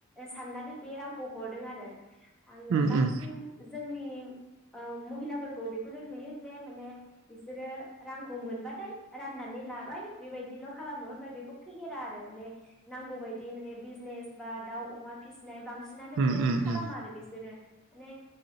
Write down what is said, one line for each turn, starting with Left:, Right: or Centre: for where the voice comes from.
Centre: साननानै बे रांखौ हरदों आरो। आङो
Right: उम
Centre: बांसिन
Right: उम
Centre: जोंनि ओ महिलाफोरखौ बेखौनो नुयो जे माने बिसोरो रांखौ मोनबाथाय राननानै लाबाय बेबायदिल खालामो आमफ्राय बेखौ फेहेरा आरो माने नांगौ बायदि माने बिजनेस बा दाउ-अमा फिसिनाय बां बांसिनानो
Right: उम
Centre: बेबायदि
Right: उम
Centre: खालामा
Right: उम
Centre: आरो बिसोरो। माने